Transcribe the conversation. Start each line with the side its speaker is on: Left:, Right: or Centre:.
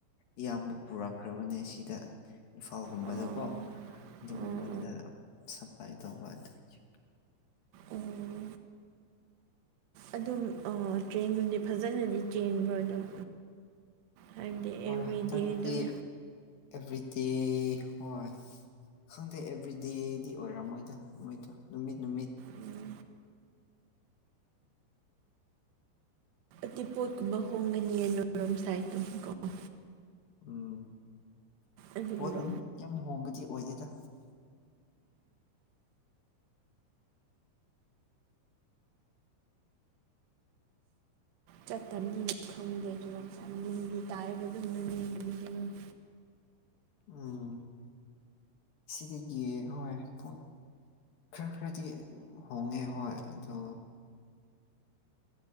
Left: ꯏꯌꯥꯝꯕ ꯄꯨꯔꯛꯈ꯭ꯔꯕꯅꯦ ꯁꯤꯗ ꯏꯝꯐꯥꯜꯒꯨꯝꯕꯗꯀꯣ
Right: ꯑꯣ ꯎꯝ
Left: ꯑꯗꯨꯒꯨꯝꯕꯗ
Right: ꯎꯝ
Left: ꯁꯞꯄꯂꯥꯏ ꯑꯗꯨꯒꯤ
Right: ꯎꯝ ꯑꯗꯨꯝ ꯑꯥ ꯇ꯭ꯔꯦꯟꯒꯨꯝꯗꯤ ꯐꯖꯅꯗꯤ ꯆ꯭ꯔꯦꯟꯕ꯭ꯔ ꯑꯗꯨꯝ ꯍꯥꯏꯕꯗꯤ
Left: ꯍꯣꯏ
Right: ꯑꯦꯕ꯭ꯔꯤꯗꯦ
Left: ꯍꯟꯗꯛꯇꯤ
Right: ꯑꯗꯨꯝ
Left: ꯑꯦꯚ꯭ꯔꯤꯗꯦ ꯍꯣꯏ ꯈꯪꯗꯦ ꯑꯦꯕ꯭ꯔꯤꯗꯦꯗꯤ ꯑꯣꯏꯔꯝꯃꯣꯏꯗ ꯃꯣꯏꯗꯣ ꯅꯨꯃꯤꯠ ꯅꯨꯃꯤꯠ
Right: ꯎꯝ ꯑꯠꯇꯤ ꯄꯣꯠꯀꯨꯝꯕ ꯍꯣꯡꯒꯅꯤꯌꯦ ꯅꯣꯏ ꯔꯣꯝ ꯁꯥꯏ ꯇꯨ ꯀꯣꯑꯣ
Left: ꯎꯝ
Right: ꯑꯗꯨꯒꯨꯝꯕ
Left: ꯄꯣꯠ ꯎꯝ ꯌꯥꯝ ꯍꯣꯡꯕꯗꯤ ꯑꯣꯏꯗꯦꯗꯥ
Right: ꯆꯠꯇꯕꯅꯤꯅ ꯈꯪꯗꯦ ꯑꯗꯨ ꯇꯥꯏꯌꯦꯕ ꯑꯗꯨꯝ <unintelligible>
Left: ꯎꯝ ꯁꯤꯗꯤꯒꯦ ꯍꯣꯏ ꯈꯔ ꯈꯔꯗꯤ ꯍꯣꯡꯉꯦ ꯍꯣꯏ ꯑꯗꯣ